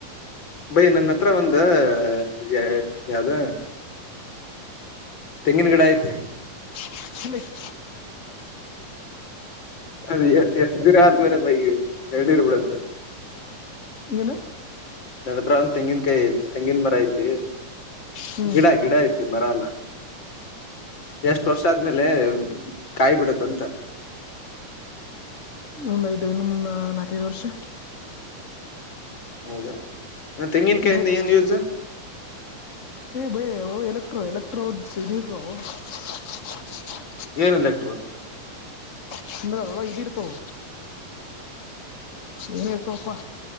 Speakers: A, on the left (about 35°); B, on the left (about 50°).
A: ಬೈ ನನ್ನ ಹತ್ರ ಒಂದ ಇದಗ ಯಾವ್ದ ತೆಂಗಿನ ಗಿಡ ಐತಿ.
B: ಹ <unintelligible>
A: ಅದು ಎಷ್ಟ <unintelligible> <unintelligible> ರ್ಬಿಡತ್ತೆ.
B: ಏನು
A: ನ ಹತ್ರ ಒಂದು ತೆಂಗಿನನ್ಕಾಯಿ ಐತಿ ತೆಂಗಿನ ಮರ ಐತಿ
B: ಹ್ಮ್
A: ಗಿಡ ಗಿಡ ಐತಿ ಮರ ಅಲ್ಲ. ಎಷ್ಟ ವರ್ಷ ಆದ್ಮೇಲೆ ಕಾಯಿ ಬಿಡತ್ತಂತ.
B: ಒಂದ ಐದು ಇನ್ನೊಂದ ನಾಕೈದು ವರ್ಷ.
A: ಹೌದಾ ನ ತೆಂಗಿನಕಾಯಿಂದ
B: ಬೇಕಷ್ಟ
A: ಏನ್ ಯೂಸ್.
B: ಏ ಭಯ ಎಲೆಕ್ಟ್ರೋ ಎಲೆಕ್ಟ್ರೋ ಸಿ. <unintelligible>
A: ಏನ್ ಇಲೆಕ್ಟ್ರ.
B: ತ್ರ ಅಲ್ವಾ ಇದಿ ಇರ್ತವ. ಏನಾಯ್ತು ಅಪ್ಪಾ